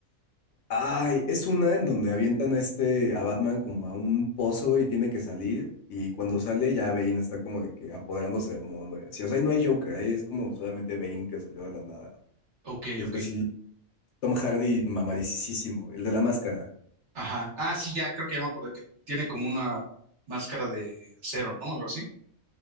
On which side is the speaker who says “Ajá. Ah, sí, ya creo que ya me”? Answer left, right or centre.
Right